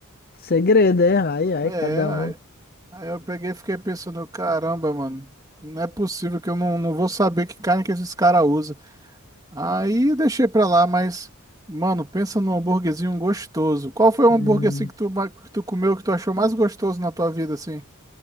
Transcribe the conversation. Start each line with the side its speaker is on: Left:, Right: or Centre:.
Left: Segredo, é? Ai, ai,
Right: É,
Left: cada
Right: aí,
Left: um.
Right: aí eu peguei e fiquei pensando, caramba, mano, não é possível que eu não, não vou saber que carne que esses caras usam. Aí eu deixei pra lá, mas, mano, pensa num hambúrguerzinho gostoso. Qual foi o
Left: Hum.
Right: hambúrguer assim que tu, ma- que tu comeu, que tu achou mais gostoso na tua vida, assim?